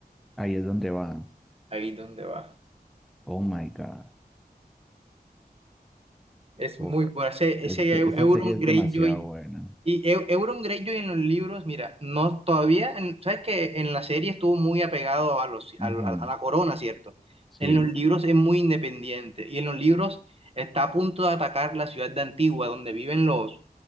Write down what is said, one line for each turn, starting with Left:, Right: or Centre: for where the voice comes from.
Centre: Ahí es donde va.
Right: Ahí donde va.
Centre: Oh my God.
Right: Es
Centre: Fuck.
Right: muy bueno. Ese,
Centre: Es-
Right: ese
Centre: esa
Right: Eu- Euron
Centre: serie es
Right: Greyjoy.
Centre: demasiado buena.
Right: Y Eu- Euron Greyjoy en los libros, mira, no todavía, en- sabes que en la serie estuvo muy apegado a los
Centre: Ujú,
Right: a, a- a la corona, ¿cierto?
Centre: Sí.
Right: En los libros es muy independiente y en los libros está a punto de atacar la ciudad de Antigua, donde viven los